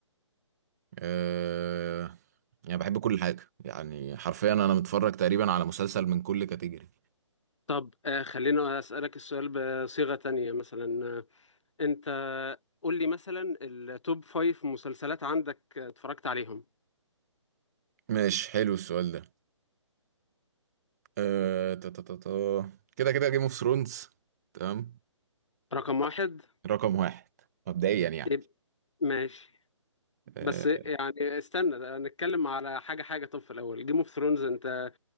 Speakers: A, on the right; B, on the left.
A: أه... يعني بحب كل حاجه يعني حرفيا انا متفرج تقريبا على مسلسل من كل كاتيجوري
B: طب آه، خلينا اسالك السؤال بصيغة تانية مثلا آه، انت قول لي مثلا التوب فايف مسلسلات عندك آه، اتفرجت عليهم
A: ماشي حلو السؤال ده أه... تا- تا- تا- تا. كده كده جيم اوف ثرونز تمام
B: رقم واحد
A: رقم واحد مبدئيا يعني
B: يبقى ماشي
A: أه...
B: بس يعني استنى نتكلم على حاجة حاجة طب في الأول جيم اوف ثرونز أنت